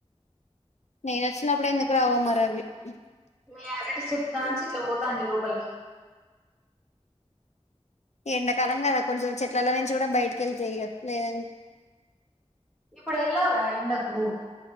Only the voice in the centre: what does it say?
మే ఆనటి చెట్టు కాంచి ఇట్ల వొత్ తంది లోపలికి
ఇప్పుడు ఎల్ ఎలవ్ రా ఎండకు